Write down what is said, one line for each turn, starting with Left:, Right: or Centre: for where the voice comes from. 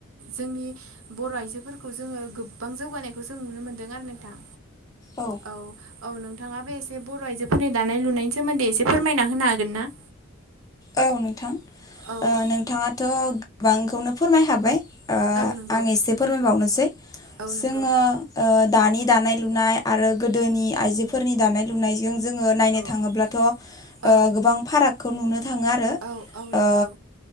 Right: जोंनि बर' आइजोफोरखौ जोङो गोबां जौगानायखौ जों नुनो मोनदों आरो नोंथां।
Left: औ।
Right: औ औ नोंथाङाबो एसे बर' आइजोफोरनि दानाय लुनायनि सोमोन्दै एसे फोरमायना होनो हागोनना?
Left: औ नोंथां
Right: औ
Left: नोंथाङाथ' गोबांखौनो फोरमायखाबाय। ओ
Right: औ नंगौ
Left: आं एसे फोरमायबावनोसै
Right: औ
Left: जोङो
Right: नंगौ
Left: ओ दानि दानाय लुनाय आरो गोदोनि आइजोफोरनि दानाय लुनायजों जोङो नायनो
Right: औ
Left: थाङोब्लाथ' ओ
Right: औ
Left: गोबां फारागखौ नुनो थाङो आरो
Right: औ औ
Left: ओ
Right: नंगौ